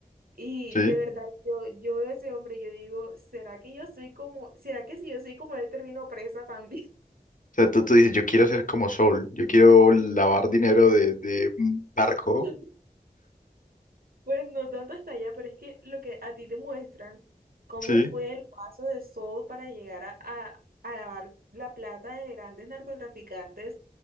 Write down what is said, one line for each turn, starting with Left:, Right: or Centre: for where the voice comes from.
Right: Y
Left: sí.
Right: de verdad, yo, yo veo a ese hombre, yo digo, ¿será que yo soy como, será que si yo soy como él termino presa también?
Left: O sea, tú, tú dices, yo quiero ser como Sol, yo quiero lavar dinero de, de un barco,
Right: <laughs> Pues no tanto hasta allá, pero es que lo que a ti te muestran, cómo
Left: sí
Right: fue el paso de Saul para llegar a, a, a lavar la plata de grandes narcotraficantes,